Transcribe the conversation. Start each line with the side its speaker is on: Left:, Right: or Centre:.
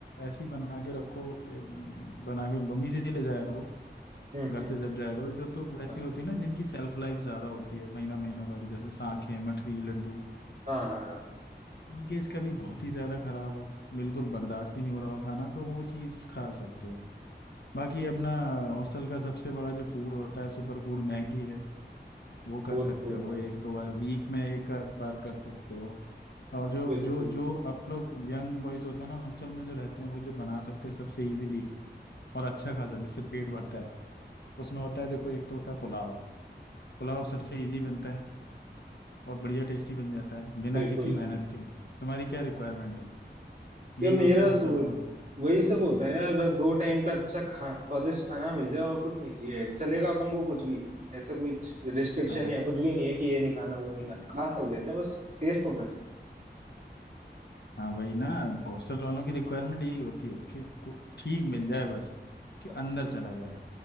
Left: ऐसी बना के रखो ये बना के मम्मी से ले जाया करो
Right: हम्म
Left: घर
Right: हम्म
Left: से जब जाएगा तो जो तो वैसी
Right: हाँ
Left: होती है ना जिनकी सेल्फ लाइफ ज्यादा होती है महीना महीना भर जैसे सांखें मठरी लड्डू
Right: हाँ हाँ हाँ,
Left: इनके इसका भी बहुत ही ज्यादा खराब हो बिल्कुल बर्दाश्त ही नहीं हो रहा हो खाना तो वो चीज खा सकते हो बाकी अपना हॉस्टल का सबसे बड़ा जो फूड होता है सुपर फूड मैगी है वो कर
Right: वो
Left: सकते
Right: तो
Left: हो
Right: है।
Left: एक दो बार वीक में एक आध बार कर सकते हो और जो
Right: बिल्कुल
Left: जो जो आप लोग यंग बॉयज होते हैं ना हॉस्टल में जो रहते हैं वो जो बना सकते हैं सबसे इजीली और अच्छा खासा जिससे पेट भरता है उसमें होता है देखो एक तो होता है पुलाव पुलाव सबसे इजी बनता है और बढ़िया टेस्टी बन जाता है बिना
Right: बिल्कुल
Left: किसी मेहनत के तुम्हारी क्या रिक्वायरमेंट है यही
Right: ये मेरा
Left: होती है हॉस्टल
Right: तो वही
Left: वालों की
Right: वही सब होता है यार बस दो टाइम का अच्छा खा स्वादिष्ट खाना मिल जाए और कुछ नहीं चाहिए चलेगा अपन को कुछ भी ऐसा कोई रिस्ट्रिक्शन
Left: हाँ
Right: या कुछ भी नहीं है कि ये नहीं खाना वो नहीं खाना खा सब लेते हैं बस टेस्ट होना चाहिए
Left: हाँ वही ना हॉस्टल वालों की रिक्वायरमेंट यही होती है कि को- ठीक मिल जाए बस कि
Right: बस
Left: अंदर चला जाए